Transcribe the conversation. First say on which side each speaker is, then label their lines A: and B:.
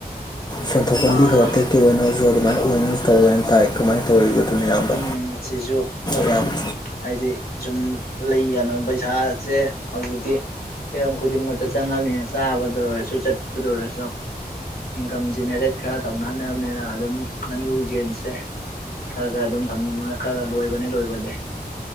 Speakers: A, on the left; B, on the left.
A: ꯁꯦꯟꯊꯣꯛ ꯂꯝꯕꯤ
B: ꯑꯥ
A: ꯈꯔ ꯇꯦꯛꯇꯤ ꯑꯣꯏꯅꯔꯁꯨ ꯑꯗꯨꯃꯥꯏꯅ ꯑꯣꯏꯅꯁꯨ ꯇꯧꯋꯦꯅ ꯇꯥꯏ ꯀꯃꯥꯏꯅ ꯇꯧꯔꯤꯕꯣ ꯑꯗꯨꯅ ꯌꯥꯝꯌꯥꯝꯕ
B: ꯎꯝ ꯁꯤꯁꯨ ꯑꯩꯈꯣꯏ
A: ꯏꯌꯥꯝꯕ
B: ꯍꯥꯏꯗꯤ ꯁꯨꯝ ꯂꯩ ꯀꯅ ꯄꯩꯁꯥꯁꯦ ꯍꯧꯖꯤꯛꯇꯤ ꯍꯤꯔꯝ ꯈꯨꯗꯤꯡꯃꯛꯇ ꯆꯪꯉꯕꯅꯤꯅ ꯆꯥꯕꯗ ꯑꯣꯏꯔꯁꯨ ꯆꯠꯄꯗ ꯑꯣꯏꯔꯁꯨ ꯏꯟꯀꯝ ꯖꯦꯅꯦꯔꯦꯠ ꯈꯔ ꯇꯧꯅꯅꯕꯅꯤꯅ ꯑꯗꯨꯝ ꯉꯥꯅꯨꯨ ꯌꯦꯟꯁꯦ ꯈꯔ ꯈꯔ ꯑꯗꯨꯝ ꯊꯝꯅ ꯈꯔ ꯂꯣꯏꯕꯅꯦ ꯂꯣꯏꯕꯗꯤ